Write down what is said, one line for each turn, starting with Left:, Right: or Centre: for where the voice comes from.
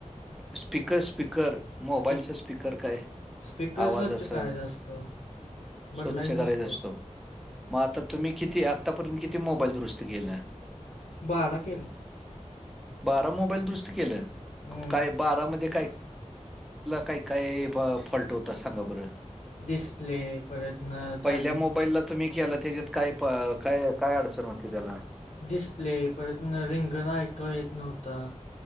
Centre: स्पीकर स्पीकर? मोबाईलच
Left: स्पीक
Centre: स्पीकर काय?
Left: स्पीकर
Centre: आवाजाच?
Left: स्वच्छ करायचा असतो बदलायचा
Centre: स्वच्छ करायचा
Left: नसतो
Centre: असतो मग आतापर्यंत तुम्ही किती मोबाईल दुरुस्त केले
Left: बारा केले
Centre: बारा मोबाईल दुरुस्त केले
Left: हम्म
Centre: काय? बारा मोबाईल मध्ये काय काय फॉल्ट होता सांगा बरं
Left: डिस्प्ले आणि चार्जिंग
Centre: पहिल्या मोबाईलला तुम्ही केले त्याच्यात काय काय अडचण होती त्याला
Left: डिस्प्ले परत रिंगर ऐक येत नव्हता